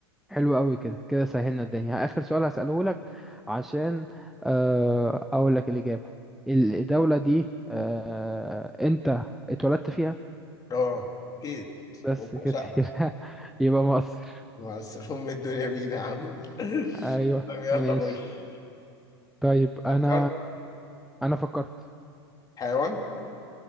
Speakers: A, in the centre; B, on the left.
A: حلو قوي كده كده سهلنا الدنيا آخر سؤال هسأله لك عشان آه أقول لك الإجابة الدولة دي آه أنت اتولدت فيها
B: اه أكيد
A: بس
B: وبعشقها
A: كده <laughs> يبقى مصر
B: بس أم الدنيا مين يا عم <laughs>
A: أيوه
B: طب يلا
A: ماشي
B: خش
A: طيب
B: فكرت
A: أنا أنا فكرت
B: حيوان